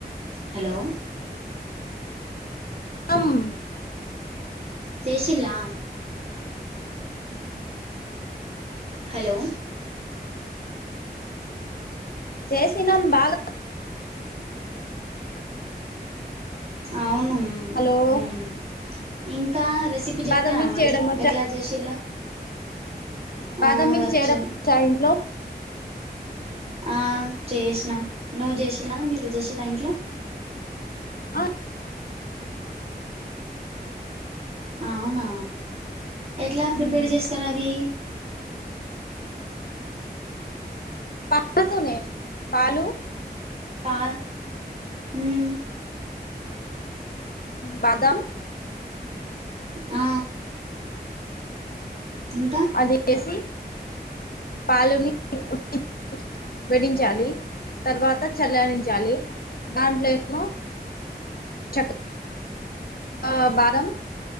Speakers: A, on the right; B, on the left.
A: హలో
B: అమ్
A: చేషిల్లా హలో
B: జేసినం బాగా
A: అవును మ్..
B: హలో
A: మ్.. ఇంకా రెసిపీ చెప్తారా
B: బాదం మిల్క్
A: మరి
B: చేయడం వచ్చా
A: ఎట్లా చేసిల్లో
B: బాదం
A: ఆ
B: మిల్క్
A: వచ్చు
B: చేయడం వచ్చా ఇంట్లో
A: ఆ చేషినాం నువ్వు చేషిలా మీరు చేషిలా ఇంట్లో
B: ఆ
A: అవునా ఎట్లా ప్రిపేర్
B: మ్మ్.
A: చేస్తారు అది
B: పప్పుతోనే పాలు
A: పా. మ్
B: బాదం
A: ఆ ఇంకా
B: అదిఏసి పాలుని ఉట్టి వేడించాలి, తర్వాత చలారించాలి, దాంట్లోమో. చెక్కె, అ బాదం